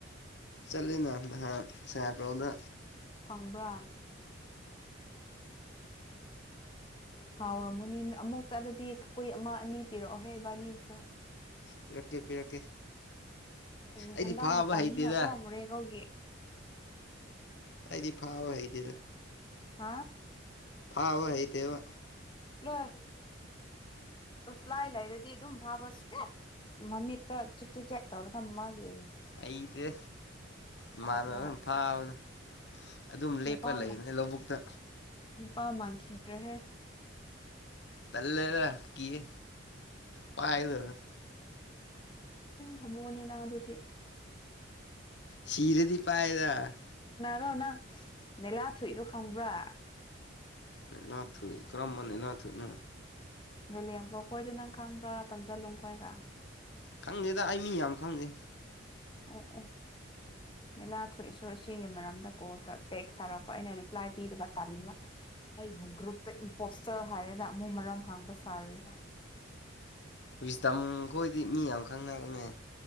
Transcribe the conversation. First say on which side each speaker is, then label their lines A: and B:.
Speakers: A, on the left; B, on the left.
A: ꯆꯠꯂꯤꯅ ꯅꯍꯥꯟ ꯁꯦꯄꯔꯣꯅ
B: ꯐꯪꯕ꯭ꯔꯥ ꯑꯁ ꯍꯥꯎꯔꯝꯒꯅꯤ ꯑꯃꯨꯛ ꯆꯠꯂꯗꯤ ꯀꯣꯏ ꯑꯃ ꯑꯅꯤ ꯄꯤꯔꯛꯑꯣꯍꯦ ꯏꯕꯥꯅꯤꯁꯨ
A: ꯄꯤꯔꯛꯀꯦ ꯄꯤꯔꯛꯀꯦ
B: ꯑꯗꯨꯅꯦ
A: ꯑꯩꯗꯤ
B: ꯍꯟꯗꯥꯡ
A: ꯐꯥꯕ
B: ꯃꯇꯝꯅꯤꯅꯀꯣ
A: ꯍꯩꯇꯦꯗ
B: ꯃꯣꯔꯦꯒꯧꯒꯤ
A: ꯑꯩꯗꯤ ꯐꯕ ꯍꯩꯇꯦꯗ
B: ꯍꯥꯎ
A: ꯐꯥꯕ ꯍꯩꯇꯦꯕ
B: ꯅꯣꯏ ꯇꯣꯁꯂꯥꯏ ꯂꯩꯥꯏꯔꯗꯤ ꯑꯗꯨꯝ ꯐꯥꯕ ꯁꯦꯠ ꯃꯃꯤꯠꯇ ꯆꯤꯞ ꯆꯤ ꯆꯦꯛ ꯇꯧꯔꯣ ꯊꯝꯃꯒꯦ
A: ꯑꯩꯗꯤ ꯏꯃꯥꯟꯅꯕꯝ
B: ꯄꯥꯔꯒ
A: ꯐꯥꯕ ꯑꯗꯨꯝ ꯂꯦꯞꯄ
B: ꯅꯨꯄꯥ
A: ꯂꯩꯕꯅꯦ
B: ꯑꯃ
A: ꯂꯧꯕꯨꯛꯇ
B: ꯅꯨꯄꯥ ꯃꯥꯟꯈꯤꯗ꯭ꯔꯦꯍꯦ
A: ꯇꯜꯂꯦꯗ ꯀꯤꯌꯦ ꯄꯥꯏꯒꯥꯗꯣꯔꯤꯅ
B: ꯍꯅꯦ ꯅꯪ ꯑꯗꯨꯗꯤ
A: ꯁꯤꯔꯗꯤ ꯄꯥꯏꯗ
B: ꯔꯣ ꯅꯪ ꯃꯦꯂꯥ ꯊꯨꯛꯏꯗꯣ ꯈꯪꯕ꯭ꯔꯥ
A: ꯂ ꯊ ꯀꯔ ꯃꯅꯦ ꯂꯥꯛ ꯊꯅ
B: ꯂ ꯂꯦꯡꯕꯣ ꯑꯩꯈꯣꯏꯗꯣ ꯅꯪ ꯈꯪꯕ꯭ꯔꯥ ꯇꯝꯁꯤꯜꯂꯨ ꯈꯣꯏꯒ
A: ꯈꯪꯗꯦꯗ ꯑꯩ ꯃꯤ ꯌꯥꯝ ꯈꯪꯗꯦ
B: ꯑꯣ ꯑꯣ ꯂꯤꯂꯥ ꯊꯣꯛꯏꯁꯨ ꯁꯤꯒꯤ ꯃꯔꯝꯗ ꯀꯣ ꯇꯦꯛꯁ ꯊꯔꯛꯄ ꯑꯩꯅ ꯔꯤꯄ꯭ꯂꯥꯏ ꯄꯤꯗꯕ ꯇꯥꯜꯂꯤꯕ ꯑꯩꯕꯨ ꯒ꯭ꯔꯨꯞꯇ ꯏꯝꯄꯣꯁꯇꯔ ꯍꯥꯏꯔꯒ ꯑꯃꯨꯛ ꯃꯔꯝ ꯍꯥꯡꯕ ꯁꯥꯔꯤ
A: ꯍꯧꯖꯤꯇꯝ ꯈꯣꯏꯗꯤ ꯃꯤ ꯌꯥꯝ ꯈꯪꯅꯕꯅꯦ